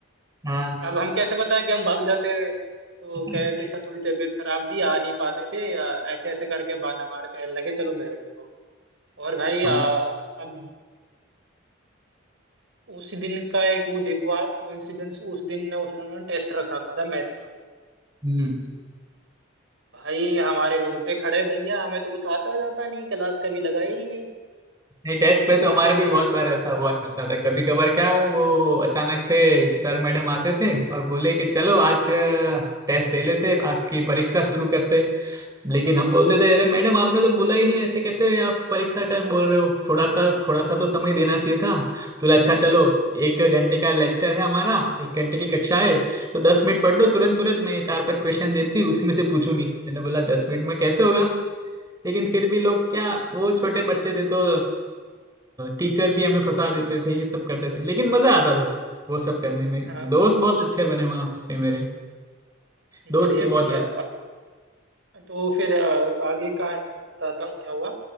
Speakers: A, on the right; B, on the right.
A: हाँ
B: अब हम कैसे बताए कि हम भाग जाते थे तो
A: <laughs>
B: कहते सर थोड़ी तबीयत खराब थी आ नहीं पाते थे आ, ऐसे ऐसे करके बहाना मार के लगे चलो बैठ जाओ और भाई आ,
A: हमारे-
B: अब उस दिन का एक वो देखो आप कोइंसिडेंस उस दिन ने उसने टेस्ट रखा था, था मैथ का
A: हम्म
B: भाई हमारे रोंगटे खड़े भैया हमें तो कुछ आता जाता नहीं क्लास कभी लगाई ही नहीं
A: नहीं टेस्ट पे तो हमारे भी बहुत
B: तो
A: बार ऐसा हुआ करता था कभी कभार क्या वो अचानक से सर मैडम आते थे और बोले कि चलो आज
B: हाँ
A: टेस्ट ले लेते आपकी परीक्षा शुरू करते लेकिन हम बोल देते अरे मैडम आपने तो बोला ही नहीं ऐसे कैसे आप परीक्षा का बोल रहे हो थोड़ा था थोड़ा सा तो समय देना चाहिए था तो बोला, अच्छा चलो एक घंटे का लेक्चर है हमारा एक घंटे की कक्षा है तो दस मिनट पढ़ लो तुरंत तुरंत मैं ये चार पांच क्वेश्चन देती हूँ उसी में से पूछूंगी मैंने बोला दस मिनट में
B: हाँ
A: कैसे
B: हाँ
A: होगा लेकिन फिर भी लोग क्या वो छोटे बच्चे थे तो टीचर भी हमें फंसा देते थे ये सब करते थे लेकिन मजा आता था वो सब करने में
B: हाँ,
A: दोस्त बहुत अच्छे बने वहां पे मेरे दोस्त
B: बढ़िया
A: की बहुत
B: बढ़िया
A: याद
B: तो फिर अ, आगे का बताता हूँ क्या हुआ